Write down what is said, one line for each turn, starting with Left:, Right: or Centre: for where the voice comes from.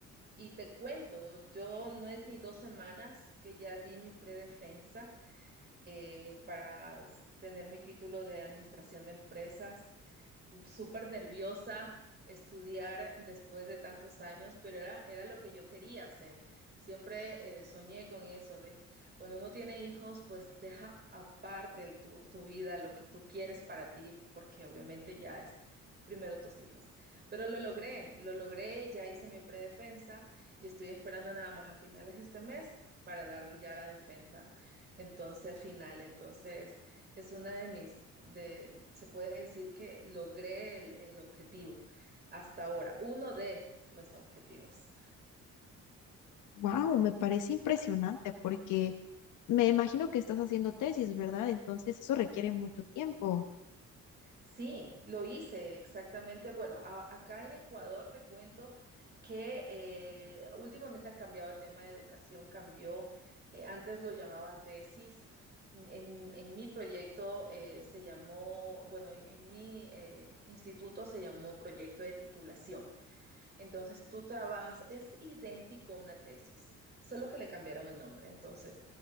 Right: Y te cuento, yo no es ni dos semanas que ya di mi predefensa eh, para s- tener mi título de administración de empresas. súper nerviosa estudiar después de tantos años, pero era, era lo que yo quería hacer. Siempre eh, soñé con eso, de cuando uno tiene hijos, pues deja aparte el- tu, tu vida, lo que tú quieres para ti, porque obviamente ya es primero tus hijos. Pero lo logré, lo logré, ya hice mi predefensa y estoy esperando nada más a finales de este mes para dar ya la defensa. Entonces, final, entonces es una de mis, de, se puede decir que logré el, el objetivo hasta ahora, uno de los objetivos.
Left: Wow, me parece impresionante porque me imagino que estás haciendo tesis, ¿verdad? Entonces eso requiere mucho tiempo.
Right: Sí, lo hice exactamente. Bueno, a- acá en Ecuador te cuento que eh, últimamente han cambiado el tema de educación, cambió, eh, antes lo llamaban tesis. En, en mi proyecto eh, se llamó, bueno, en, en mi eh, instituto se llamó proyecto de titulación. Entonces tú trabajas, es idéntico a una tesis, solo que le cambiaron el nombre. Entonces,